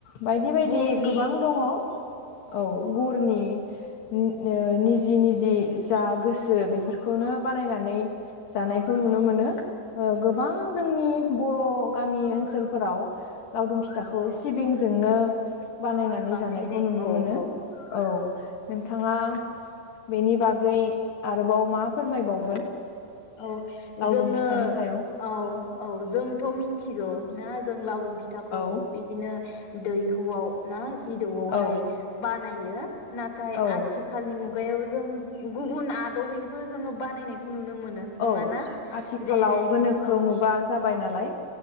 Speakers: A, on the left; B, on the left.
A: बायदि बायदि
B: गुरनि
A: गोबां दङ। औ गुरनि नो ओ निज जि निजि जा गोसो बेफोरखौनो बानायनानै जानायखौ
B: औ
A: नुनो मोनो। ओ गोबां जोंनि बर' गामि ओनसोलफोराव लावदुम फिथाखौ
B: औ
A: सिबिंजोंनो बानायनानै
B: बांसिनै
A: जानायखौ नुनो
B: औ
A: मोनो
B: औ
A: औ। नोंथाङा बेनि बागै आरोबाव मा फोरमायबावगोन?
B: औ
A: लावदुम
B: जोङो
A: फिथानि सायाव
B: औ औ जोंथ मिथिगौ ना जों लावदुम फिथाखौ
A: औ
B: बिदिनो दैहुआव ना? जिदौआवहाय
A: औ
B: बानाय यो- नाथाय
A: औ
B: आथिखालनि मुगायाव जों गुबुन आदबैबो जोङो बानायनायखौ नुनो मोन नङा
A: औ
B: ना।
A: आथिखालाव
B: जेरै
A: गोनोखो
B: औ
A: मुगा जाबाय नालाय